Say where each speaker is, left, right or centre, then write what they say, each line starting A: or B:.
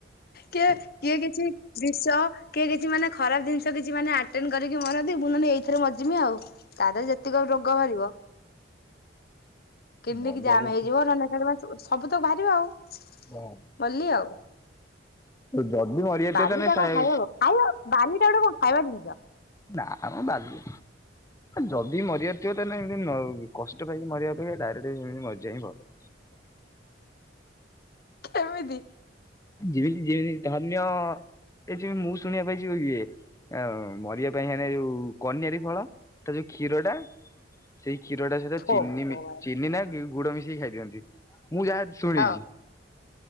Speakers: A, on the left; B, on the left.
A: କିଏ କିଏ କିଛି ବିଷ କିଏ କିଛି ମାନେ ଖରାପ ଜିନିଷ କିଛି ଆଟେଣ୍ଡ କରିକି ମରନ୍ତି ମୁଁ ନହେଲେ ଏଇଥିରେ ମରିଯିବି ଆଉ। ତା ଦେହରେ ଯେତିକ ରୋଗ ବାହାରିବା। କେଣିକି
B: ମାରିବ
A: ଜାମ୍
B: ମରିବା ଯଦି
A: ହେଇଯିବ ନେ ସବୁ ତ ବାହାରିବ ଆଉ।
B: ବାହାରୁ
A: ମଲି ଆଉ
B: ଯଦି ମରିଯାଇଥିବ
A: ବାଲି
B: ତାହେଲେ
A: ଟା
B: ସାଏ
A: କଣ ଖାଇ ହବ ଖାଇ ବାଲିଟା ଗୋଟେ କଣ ଖାଇବା ଜିନିଷ।
B: ନା ମ ବାଲି ଯଦି ମରିବାର ଥିବ ତାହେଲେ ଏମିତି କଷ୍ଟ ପାଇକି ମରିବା ଅପେକ୍ଷା ଡାଇରେକ୍ଟ ଏଇମିତି ମରିଯିବା ହିଁ ଭଲ।
A: ଏମିତି
B: ଯମି ଯମି ଧରିନିଅ ଏ ଯେ ମୁଁ ଶୁଣିବା ପାଇଁ ଇଏ ଆଉ ମରିବା ପାଇଁ ହେ ଯୋଉ କନିଆାରୀ ଫଳ ତା ଯୋଉ କ୍ଷୀର ଟା ସେଇ କ୍ଷୀରଟା ସହିତ
A: ଭଗବାନ।
B: ଚିନି ଚିନି ନା ଗୁଡ ମିଶେଇକି ଖାଇଦିଅନ୍ତି ମୁଁ ଯାହା ଶୁଣିଛି।
A: ହଁ